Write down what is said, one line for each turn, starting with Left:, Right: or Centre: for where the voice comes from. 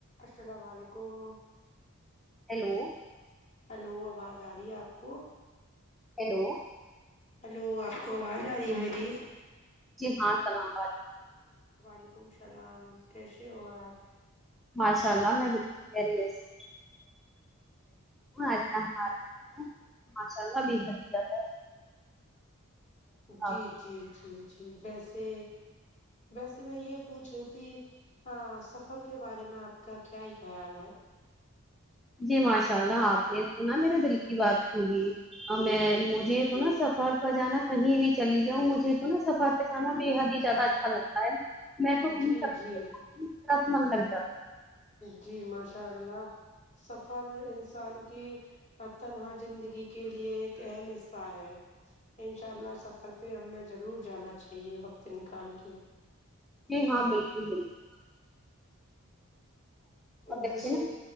Left: السلام علیکم
Centre: hello
Left: hello آواز آ رہی ہے آپ کو
Centre: ہیلو
Left: ہیلو آپ کو آواز آ رہی ہے میری
Centre: جی ہاں سلام علیکم
Left: وعلیکم السلام کیسے ہو آپ
Centre: ماشاء اللہ میں بلکال خیریت سے ہوں <unintelligible> ماشاء اللہ بےحد زیادہ
Left: جی
Centre: آپ
Left: جی جی جی ویسے ویسے میں یہ پوچھ رہی تھی سفر کے بارے میں آپ کا کیا ہی خیال ہے
Centre: جی ماشاء اللہ آپ نے توناا میرے دل کی بات سنی اور میں مجھے تو نا سفر پرہ جانا کہیں بھی چلی جاؤں مجھے تو نا سفر پہ جانا بے حدی زیادہ اچھا لگتا ہے میں تو <unintelligible>
Left: جی جی
Centre: من لگ جاتا ہے
Left: جی ماشاء اللہ سفر انسان کی ا تنہا زندگی کے لیے ایک اہم حصہ ہے ان شاء اللہ سفر پہ ہمیں ضرور جانا چاہیے وقت نکال کے
Centre: جی ہاں بالکل بالکل
Left: ویسے
Centre: اچھے نا